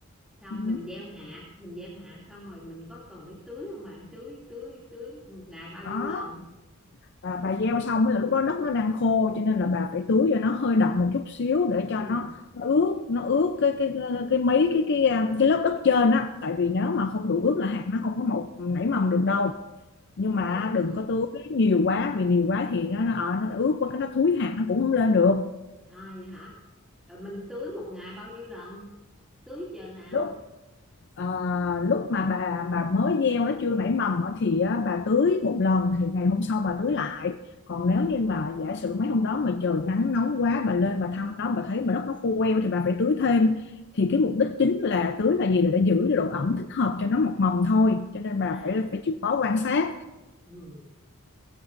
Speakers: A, in the centre; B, on the left.
A: xong
B: Ừ,
A: mình gieo hạt mình gieo hạt xong rồi mình có cần phải tưới không bạn tưới tưới tưới một ngày bao
B: đó.
A: nhiêu lần
B: và bà gieo
A: tưới.
B: xong mới là lúc đó đất nó đang khô cho nên là bà phải tưới cho nó hơi đậm một chút xíu để cho
A: ừ
B: nó, nó ướt nó ướt cái cái cái cái mấy cái cái à, cái lớp đất trên á tại vì nếu mà không đủ ướt là hạt nó không có mọc nảy mầm được đâu nhưng mà
A: Vậy
B: đừng có tưới nhiều quá vì nhiều quá thì nó nó, ờ, nó ướt quá cái nó thúi hạt nó cũng không lên được
A: à vậy hả rồi mình tưới một ngày bao nhiêu lần tưới giờ nào
B: Đúng Ờ, lúc mà bà bà mới gieo nó chưa nảy mầm á, thì á, bà tưới một lần thì ngày hôm sau bà tưới lại còn
A: ừ
B: nếu như mà giả sử mấy hôm đó mà trời nắng nóng quá bà lên bà thăm nó bà thấy mà đất nó khô queo thì bà phải tưới thêm thì
A: ừ
B: cái mục đích chính là tưới là gì là để giữ được độ ẩm thích hợp cho nó mọc mầm thôi cho nên bà
A: à
B: phải phải chịu khó quan sát
A: ừ